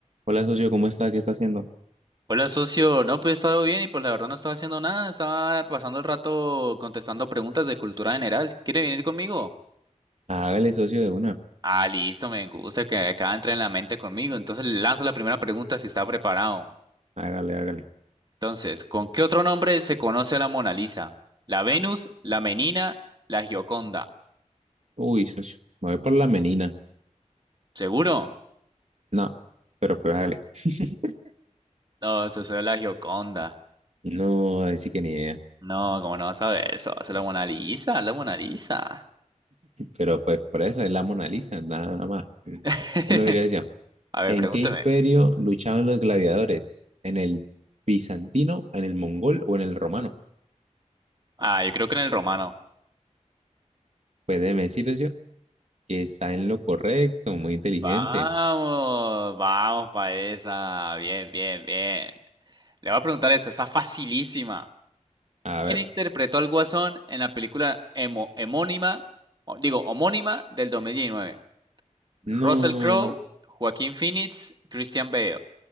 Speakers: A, on the right (about 60°); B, on the right (about 35°).
A: Hola, socio, ¿cómo está? ¿Qué está haciendo?
B: Hola, socio. No, pues he estado bien y pues la verdad no estaba haciendo nada. Estaba pasando el rato contestando preguntas de cultura general. ¿Quiere venir conmigo?
A: Hágale, socio, de una.
B: Ah, listo, me gusta que acaba de entrar en la mente conmigo. Entonces le lanzo la primera pregunta si está preparado.
A: Hágale, hágale.
B: Entonces, ¿con qué otro nombre se conoce a la Mona Lisa? ¿La Venus, la Menina, la Gioconda?
A: Uy, socio, me voy por la menina.
B: ¿Seguro?
A: No, pero pues hágale. <laughs>
B: No, socio, es la Gioconda.
A: No, así que ni idea.
B: No, ¿cómo no vas a ver eso? Es la Mona Lisa, la Mona Lisa.
A: Pero pues por eso es la Mona Lisa, nada más.
B: <laughs>
A: Bueno, mire, decía,
B: A ver,
A: ¿en
B: pregúnteme.
A: qué imperio luchaban los gladiadores? ¿En el bizantino, en el mongol o en el romano?
B: Ah, yo creo que en el romano.
A: Pues déjeme decirles yo que está en lo correcto, muy inteligente.
B: Vamos, vamos para esa. Bien, bien, bien. Le voy a preguntar esta, está facilísima.
A: A
B: ¿Quién
A: ver,
B: interpretó al Guasón en la película emo hemónima, o- digo, homónima del 2019? Russell
A: no,
B: Crowe, Joaquín Phoenix, Christian Bale.